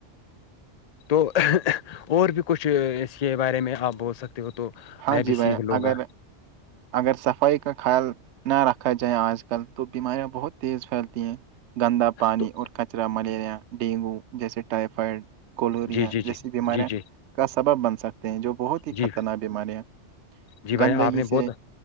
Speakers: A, on the left; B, on the right.
A: تو اور بھی کچھ اس کے بارے میں آپ بول سکتے ہو تو
B: ہاں
A: میں بھی
B: جی بھائی
A: سیکھ لوں
B: اگر
A: گا
B: اگر صفائی کا خیال نہ رکھا جائے آج کل تو بیماریاں بہت تیز پھیلتی ہیں گندا پانی
A: تو
B: اور کچرا ملیریا ڈینگو جیسے ٹائفائڈ کولوریا
A: جی جی جی
B: جیسی بیماریاں
A: جی جی
B: کا سبب بن سکتے ہیں جو بہت ہی
A: جی
B: خطرناک بیماریاں
A: جی بھئی
B: گندگی
A: جان آپ نے بہت
B: سے